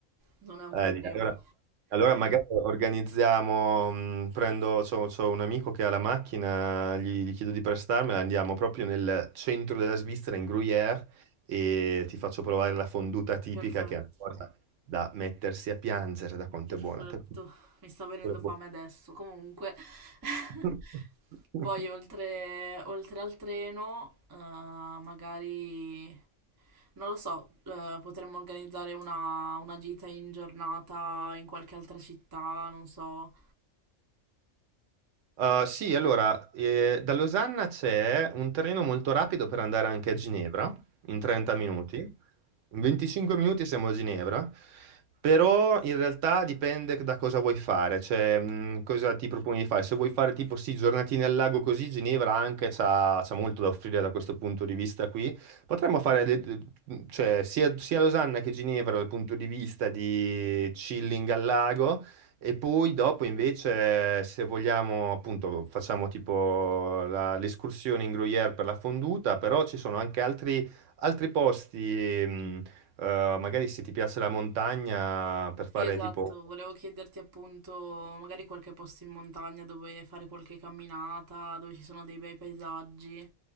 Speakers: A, on the right (about 25°); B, on the right (about 70°).
A: Non è un
B: Eh,
A: problema.
B: di- allora, allora magari organizziamo, mh, prendo, c'ho, c'ho un amico che ha la macchina, gli, gli chiedo di prestarmela, andiamo proprio nel centro della Svizzera, in Gruyère, e ti faccio provare la fonduta tipica,
A: Perfetto,
B: che è una cosa da mettersi a piangere, da quanto
A: perfetto.
B: è buona. Te lo-
A: Mi sta venendo
B: te
A: fame adesso. Comunque, <laughs>
B: lo- <laughs>
A: poi oltre, oltre al treno, eh, magari, non lo so, eh, potremmo organizzare una, una gita in giornata in qualche altra città, non so.
B: Uh, sì, allora, eh, da Losanna c'è un treno molto rapido per andare anche a Ginevra, in 30
A: Ok.
B: minuti. In 25 minuti siamo a Ginevra, però in realtà dipende da cosa vuoi fare, cioè mh, cosa ti proponi di fare. Se vuoi fare tipo sì, giornatine al lago così, Ginevra anche c'ha, c'ha molto da offrire da questo punto di vista qui. Potremmo fare de- de- mhmm, cioè, sia, sia Losanna che Ginevra dal punto di vista di chilling al lago. E poi dopo invece, se vogliamo, appunto, facciamo tipo la- l'escursione in Gruyère per la fonduta, però ci sono anche altri, altri posti, mh, eh, magari se ti piace la montagna, per
A: Sì,
B: fare
A: esatto.
B: tipo,
A: Volevo chiederti appunto, magari qualche posto in montagna dove fare qualche camminata, dove ci sono dei bei paesaggi.